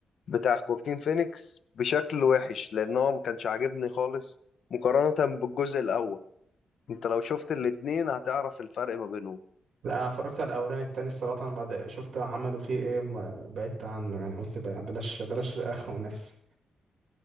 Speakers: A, on the left (about 70°); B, on the right (about 70°).
A: بتاع خواكين فينيكس بشكل وحش لأن هو ما كانش عاجبني خالص مقارنة بالجزء الأول أنت لو شفت الاتنين هتعرف الفرق ما بينهم
B: لا انا اتفرجت على الاولاني التاني الصراحه أنا بعد شفت عملوا فيه ايه ما بعدت عنه يعني قلت بقى بلاش بلاش اخنق نفسي